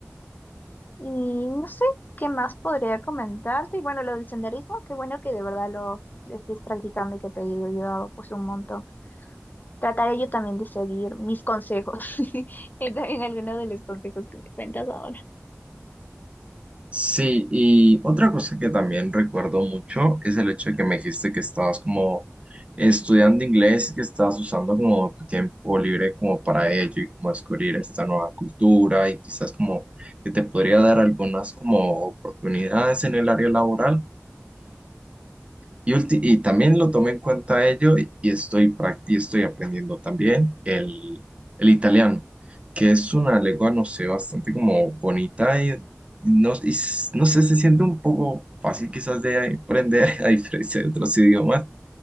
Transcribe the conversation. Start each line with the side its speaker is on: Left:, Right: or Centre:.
Left: Y no sé qué más podría comentarte. Y bueno, lo del senderismo, qué bueno que de verdad lo, lo estés practicando y que te haya ayudado pues un montón. Trataré yo también de seguir mis consejos <laughs> y también algunos de los consejos que me cuentas ahora.
Right: Sí, y otra cosa que también recuerdo mucho es el hecho de que me dijiste que estabas como estudiando inglés y que estabas usando como tu tiempo libre como para ello y como descubrir esta nueva cultura y quizás como que te podría dar algunas como oportunidades en el área laboral. Y, ulti- y también lo tomé en cuenta ello y y estoy, prac- y estoy aprendiendo también el, el italiano, que es una lengua, no sé, bastante como bonita y no, y s- no sé, se siente un poco fácil quizás de aprender <laughs> a diferencia de otros idiomas.